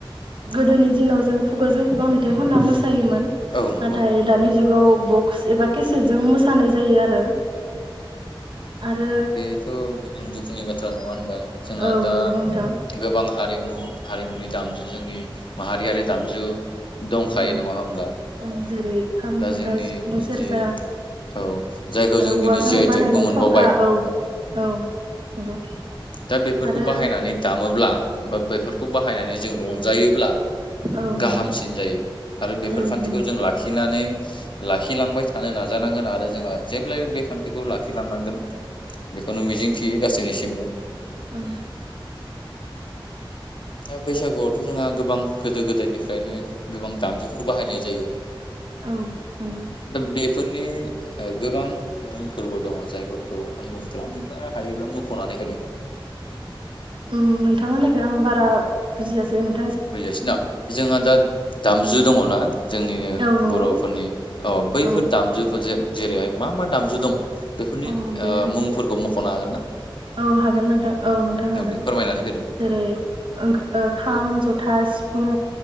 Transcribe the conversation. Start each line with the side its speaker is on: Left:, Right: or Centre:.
Right: गोदोनि
Left: औ
Right: दिनाव जों खुगाजों खुगा मेथाइ खनना मो जायोमोन।
Left: औ नंगौ
Right: नाथाय दानि जुगाव बक्स एबा केसेटजों मोसानाय जायो आरो आरो
Left: बेथ' गोबां दु खुनि बाथ्रा नङा होनबा। जोंहा
Right: औ
Left: दा
Right: नंगौ नोंथां
Left: गोबां हारिमु हारिमुनि दामजु जोंनि माहारियारि दामजु दंखायो
Right: औ
Left: नङा होमब्ला?
Right: ओं जेरै खाम
Left: दा
Right: जथा
Left: जोंनि
Right: सिफुं सेरजा
Left: जि औ जायखौ
Right: आरो
Left: जों
Right: औवाजों
Left: दिनै जि आइ
Right: बानायनाय
Left: टेगबो मोनबावबाय।
Right: थरखा औ औ। नंगौ।
Left: दा बेफोरखौ
Right: आरो
Left: बाहायनानै दामोब्ला बा बेफोरखौ बाहायनानै जों रंजायोब्ला
Right: औ नंगौ
Left: गाहामसिन जायो आरो बेफोर
Right: औ
Left: खान्थिखौ
Right: नंगौ
Left: जों लाखिनानै लाखिलांबाय थानो नाज जानांगोन आरो जोंहा जेब्लायबो बेखान्थिखौ लाख लाखिलांनांगोन, बेखौनो मिजिंथियो गासैनिसिमबो।
Right: ओं।
Left: दा बैसागुआवथ' जोंहा गोबां गोदो गोदायनिफ्रायनो गोबां दामजुफोर बाहायनाय जायो।
Right: औ नंगौ
Left: दा बे बेफोरनि गोबां मुंफोरबो दङ' जायफोरखौ आं मुख'थला नोंथाङा हायोब्ला मुंख'नानै होदों।
Right: उम नोंथां होन्नायखौ आं बारा बुजियासैनो।
Left: बुजायासै न? जोंहा दा दामजु दङ'ना जोंनिनो
Right: औ नंगौ
Left: बर'फोरनि अ' बैफोर
Right: औ
Left: दामजुफोरजों जेरैहाय मा मा दामजु दङ'? बेफोरनि
Right: औ बे
Left: मुंफोरखौ म'ख। खना होननो?
Right: औ हागोन नोंथां औ नोंथां हागोन,
Left: दे फोरमायनानै होदो
Right: जेरै ओंखो-ओ-खाम, जथ था, सिफुं,